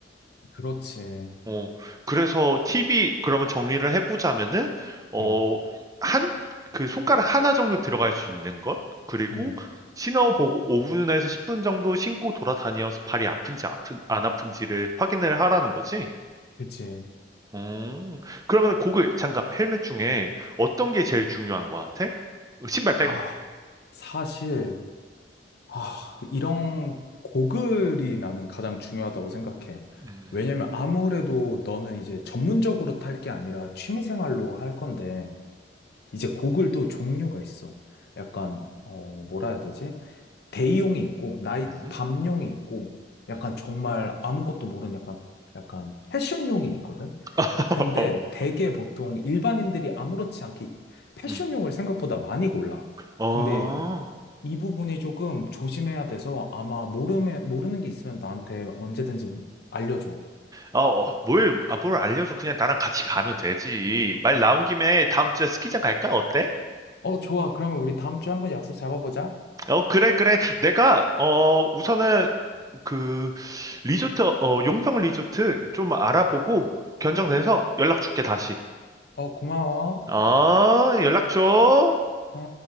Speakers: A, on the left (about 60°); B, on the right (about 20°).
A: 그렇지.
B: 어, 그래서 팁이, 그러면 정리를 해보자면은, 어,
A: 응,
B: 한, 그 손가락 하나 정도 들어갈 수 있는 것? 그리고
A: 응.
B: 신어보고 5분에서 10분 정도 신고 돌아다녀서 발이 아픈지 아픈, 안 아픈지를 확인을 하라는 거지?
A: 그치.
B: 음. 그러면 고글, 장갑, 헬멧 중에 어떤 게 제일 중요한 것 같아? 어, 신발 빼고.
A: 아, 사실, 아, 이런 고글이 나는 가장 중요하다고 생각해.
B: 음.
A: 왜냐면 아무래도 너는 이제 전문적으로 탈 게 아니라 취미생활로 할 건데, 이제 고글도 종류가 있어. 약간, 어, 뭐라 해야 되지? 대용이 있고, 나이,
B: 음.
A: 밤용이 있고, 약간
B: 음.
A: 정말 아무것도 모르는 약간, 약간 패션용이 있거든?
B: <laughs>
A: 근데 되게 보통 일반인들이 아무렇지 않게 패션용을
B: 음.
A: 생각보다 많이 골라.
B: 어.
A: 근데 이 부분이 조금 조심해야 돼서 아마 모르면, 모르는 게 있으면 나한테 언제든지 알려줘.
B: 어, 어, 뭘, 아, 뭘 알려줘. 그냥 나랑 같이 가면 되지. 말 나온 김에 다음 주에 스키장 갈까? 어때?
A: 어, 좋아. 그러면 우리 다음 주에 한번 약속 잡아보자.
B: 어, 그래, 그래. 내가, 어, 우선은 그, 리조트, 어, 용평 리조트 좀 알아보고 견적내서 연락 줄게, 다시.
A: 어, 고마워.
B: 어, 연락 줘.
A: 어.